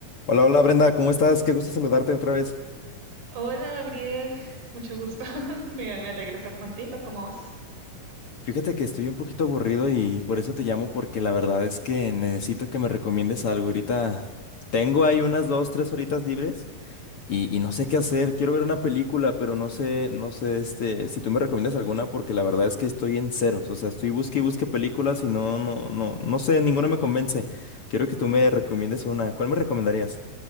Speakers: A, on the left; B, on the right.
A: Hola, hola Brenda, ¿cómo estás? Qué gusto saludarte otra vez.
B: Hola, Gabriel. Mucho gusto. <laughs> Me, me alegra estar contigo. ¿Cómo vas?
A: Fíjate que estoy un poquito aburrido y por eso te llamo porque la verdad es que necesito que me recomiendes algo. Ahorita tengo ahí unas dos, tres horitas libres y, y no sé qué hacer. Quiero ver una película, pero no sé, no sé, este, si tú me recomiendas alguna porque la verdad es que estoy en ceros. O sea, estoy busque y busque películas y no, no, no, no sé, ninguna me convence. Quiero que tú me recomiendes una. ¿Cuál me recomendarías?